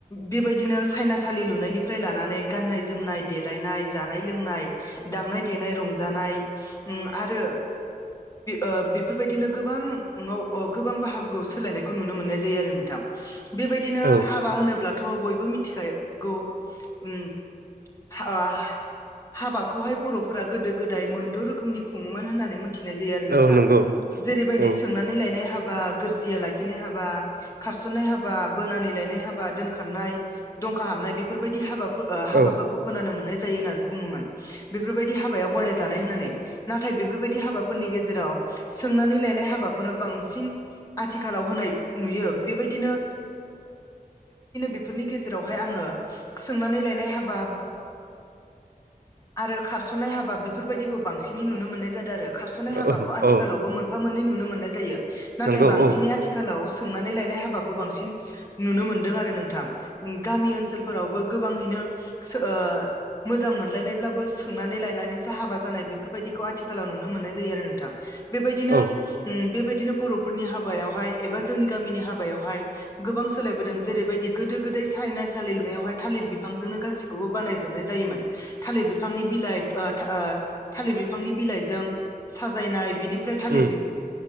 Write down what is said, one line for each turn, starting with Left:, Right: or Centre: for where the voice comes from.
Left: बेबायदि बिदिनो सायनासालि लुनायनिफ्राय लानानै गाननाय जोमनाय देलायनाय जानाय लोंनाय दामनाय देनाय रंजानाय आरो ओ बेफोरबायदिनो गोबां बाहागोआव सोलायनाय नुनो मानाय जायो आरो नोंथां। बे बादिनो
Right: औ
Left: हाबा होनोब्ल थ बयबो मिथिखागौ उम ओ हाबाखौहाय बरफोरा गोदो गोदाय मोनद रोखोमनि खुङोमोन होननानै मिथि मिथिनाय जायो आरो‌ नोंथां
Right: औ नंगौ
Left: जेरैबायदि
Right: औ
Left: सोंनानै लनाय हाबा गोरजिया हाब खारसनाय हाबा बोनानै लायनाय हाबा दोनखारनाय दंखा हाबनाय बेफोरबायदि हाबा हाबाफोरखौ
Right: औ
Left: खोनानो मोननाय जायो होननानै बुङोमोन बेफोरबायदि हाबायाव गनाय जानाय होननानै नाथाय बेफोरबायदि हाबाफोरनि गेजेराव सोंनानै लायनाय हाबाखौनो बांसिन आथि आथिखालाव होनाय नुयो बेबायदिनो बेफोरनि गेजेरावहाय आंङो सोंनानै लायनाय हाबा आरो खारसनाय हाबा बेफोरबायदि खौ बांसिनै नुनो मोननाय जादों आरो खारसनाय हाबाखौ
Right: औ
Left: आथिखालावबो
Right: औ
Left: मोनफा मोननै नुनो मोननाय जायो। नाथाय
Right: नंगौ
Left: बांसिनै
Right: औ।
Left: आथिखालाव सोंनानै लायनाय हाबाखौ बांसिन नुनो मोनदों आरो नोंथां गामि ओनसोलफोरावबो गोबांङैनो ओ मोजां मोनलायनायब्लाबो सोंनानै लायनानैसो हाबा जानाय बेफोर‌बायदि आथिखालाव नुनो मोननाय जायो आरो नोंथां बेबायदिनो
Right: औ
Left: बेबायदिनो बर'फोरनि हाबायावहाय एबा जोंनि गामिनि हाबायावहाय गोबां सोलायबोदों जेरैबायदि गोदो गोदाय सायना सालि लुनायावहाय थालिर बिफांजों गासैखौबो बानाय जोबनाय जायोमोन थालिर बिफांनि बिलाइ ओ ओ थालिर बिफांनि बिलाइ जों साजायनाय बिनिफ्राय थालिर
Right: उम